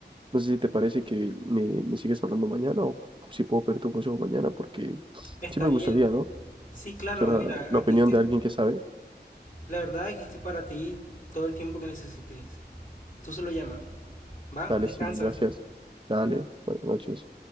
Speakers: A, on the right; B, on the left.
A: No sé si te parece que me, me sigues hablando mañana o si puedo pedir tu consejo mañana, porque
B: Está
A: sí me
B: bien.
A: gustaría, ¿no?
B: Sí, claro,
A: Será
B: mira,
A: la
B: aquí
A: opinión
B: estoy.
A: de alguien que sabe.
B: La verdad, aquí estoy para ti todo el tiempo que necesites. Tú solo llama. Va,
A: Dale,
B: descansa.
A: sí, gracias. Dale, buenas noches.